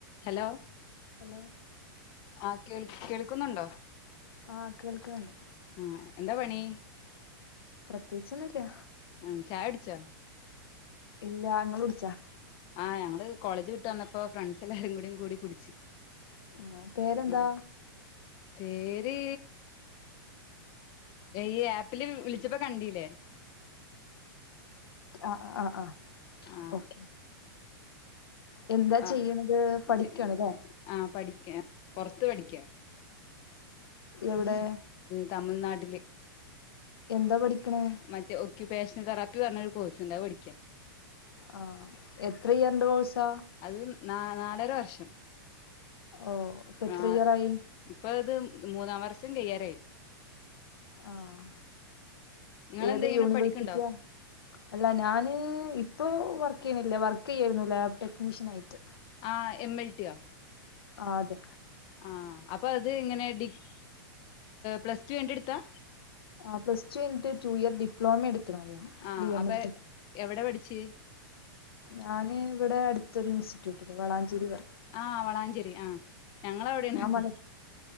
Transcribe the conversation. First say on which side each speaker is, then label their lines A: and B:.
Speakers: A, on the left; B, on the left.
A: Hello
B: hello
A: ആഹ് കേൾ കേൾക്കുന്നുണ്ടൊ?
B: ആഹ് കേൾക്ക്ണ് ണ്ട്
A: ആഹ് എന്താ പണീ?
B: പ്രത്യേയിച്ചൊന്നുല്ല.
A: ആഹ് ചായുടിച്ചാ?
B: ഇല്ലാ ഇങ്ങളുടിച്ചാ?
A: ആഹ് ഞങ്ങള് കോളേജ് വിട്ട് വന്നപ്പൊ ഫ്രണ്ട്സ് എല്ലാരും കൂടീം കൂടി കുടിച്ച്
B: ആഹ് പേരെന്താ
A: ഉം പേര് ഈ ആപ്പില് വിളിച്ചപ്പൊ കണ്ടീല്ലേ
B: ആഹ് ആഹ് ആഹ് ആഹ്
A: ആഹ്
B: ഓക്കെ എന്താ ചെയ്യണത്
A: ആഹ്
B: പഠിക്കാണ്ല്ലേ
A: ചെ ആഹ് പഠിക്ക പൊറത്ത് പഠിക്ക
B: എവിടെ
A: തമിൽനാട്ടില്
B: എന്താ പഠിക്കണേ?
A: മറ്റെ ഒക്യുപ്പേഷൻ തെറാപ്പി പറഞ്ഞൊരു കോഴ്സ് ഉണ്ട് അത് പഠിക്യാ
B: ആഹ് എത്രഇയറിന്റെ കോഴ്‌സാ
A: അത് ന നാലര വർഷം
B: ഓഹ് ഇപ്പൊ എത്ര
A: ആഹ്
B: ഇയറായി
A: ഇപ്പൊ ഇത് മൂന്നാം വർഷം കയ്യാറായി
B: ആഹ്
A: നിങ്ങളെന്താ
B: ഏത്
A: ചെയ്യണ്
B: യൂണിവേഴ്സിറ്റിയാ
A: പഠിക്ക്ണ്ടോ
B: അല്ല ഞാന് ഇപ്പൊ വർക്ക് ചെയ്യണില്ല വർക്ക് ചെയ്യായിരുന്നു ലാബ് ടെക്നീഷ്യൻ ആയിട്ട്
A: ആഹ് എം എൽ ടിയൊ
B: ആഹ് അതെ
A: ആഹ് അപ്പൊ അത് ഇങ്ങനെ ഡിഗ് പ്ലസ് ടുഴിഞ്ഞിറ്റ്എടുത്താ
B: ആഹ് പ്ലസ് ടു കഴിഞ്ഞിട്ട് റ്റൂ ഇയർ ഡിപ്ലോമ എടുത്തിരുന്നു മതിയാണ്
A: ആഹ്
B: ഡി എം
A: അപ്പൊ
B: എൽ റ്റി
A: എവിടെ പഠിച്ച്
B: ഞാന് ഇവിടെ അടുത്തൊരു ഇൻസ്റ്റിറ്റ്യൂട്ടില് വളാഞ്ചേരി പറ
A: ആഹ് വളാഞ്ചേരി ആഹ് ഞങ്ങളവിടെണത്
B: ഞാൻ മല